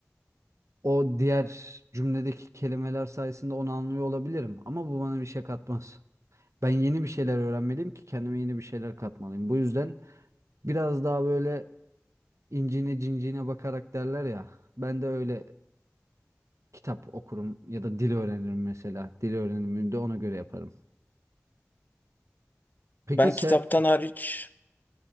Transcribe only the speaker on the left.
Ben
kitaptan hariç